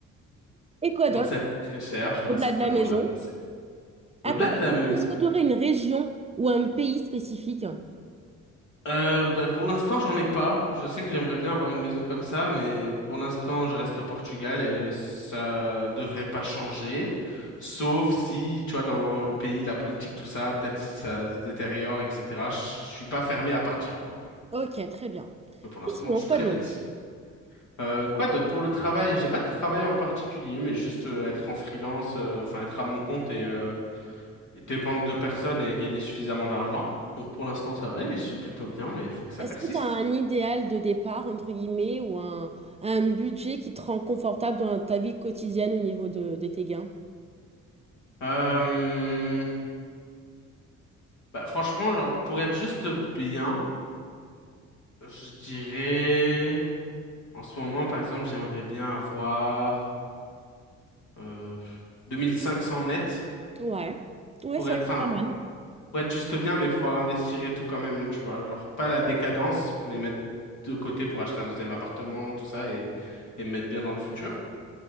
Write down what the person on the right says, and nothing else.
Et quoi
d'autre,
au-delà
de la maison?
Attends,
est-ce que tu aurais une région ou un pays spécifique?
Ok, très bien.
Et sinon,
quoi
d'autre?
Est-ce
que tu as un idéal de départ, entre guillemets, ou un, un budget qui te rend confortable dans ta vie quotidienne au niveau de, de tes gains?
Ouais. Ouais,
c'est vrai
que c'est pas mal.